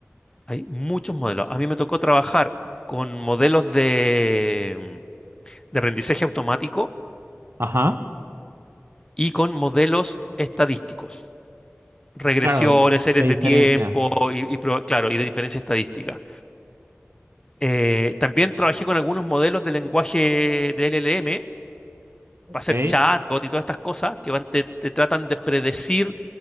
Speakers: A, on the left; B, on the right.
A: Hay muchos modelos. A mí me tocó trabajar con modelos de, de aprendizaje automático
B: Ajá.
A: y con modelos estadísticos. Regresiones,
B: Claro,
A: series
B: de
A: de
B: inferencia.
A: tiempo y, y pro- claro, y de diferencia estadística. Eh, también trabajé con algunos modelos de lenguaje de LLM
B: Ok.
A: para hacer chatbot y todas estas cosas que van, te, te tratan de predecir